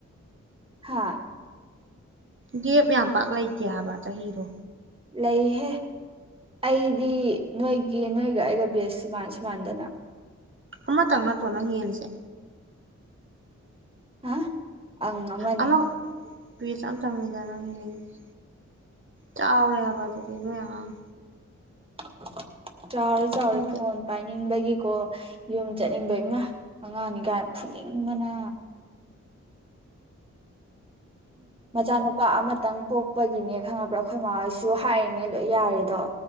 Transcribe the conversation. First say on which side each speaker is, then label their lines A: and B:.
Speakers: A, on the right; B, on the right.
A: ꯍꯥꯥ
B: ꯒꯦꯞ ꯌꯥꯝ ꯄꯥꯛ ꯂꯩꯇꯦ ꯍꯥꯏꯕ ꯆꯍꯤꯗꯣ
A: ꯂꯩꯍꯦ ꯑꯩꯗꯤ ꯅꯣꯏꯒꯤ ꯅꯣꯢꯒ ꯑꯩꯒ ꯕꯦꯁ ꯃꯥꯟꯁꯨ ꯃꯥꯟꯅꯗꯅ
B: ꯑꯃꯇꯪ ꯅꯠꯇ꯭ꯔꯣ ꯅꯪ ꯍꯦꯜꯂꯤꯁꯦ
A: ꯍꯥ ꯑꯪ ꯑꯃꯅꯦ
B: ꯑꯃ ꯕꯦꯁ ꯑꯃꯇꯪꯅꯤꯗ ꯅꯪ ꯍꯦꯜꯂꯤꯁꯦ ꯆꯥꯎꯔꯦ ꯍꯥꯏꯕ ꯑꯗꯨꯗꯤ ꯅꯣꯏ ꯑꯉꯥꯡ
A: <inaudible> ꯆꯥꯎꯔꯦ ꯆꯥꯎꯔꯦ
B: ꯅꯣꯏꯗꯤ
A: ꯐꯣꯟ ꯄꯥꯏꯅꯤꯡꯕꯩ ꯒꯤꯀꯣ ꯌꯨꯝ ꯆꯠꯅꯤꯡꯕꯩ ꯃꯥ ꯑꯉꯥꯡꯅꯤ ꯀꯥꯏꯅ ꯐꯨꯅꯤꯡꯕꯅ ꯃꯆꯥꯅꯨꯄꯥ ꯑꯃꯇꯪ ꯄꯣꯛꯄꯒꯤꯅꯦ ꯈꯪꯉꯕ꯭ꯔꯥ ꯑꯩꯈꯣꯏ ꯃꯥꯃꯥꯩꯁꯨ ꯍꯥꯏꯔꯤꯉꯩ ꯂꯣꯏ ꯌꯥꯔꯦꯗꯣ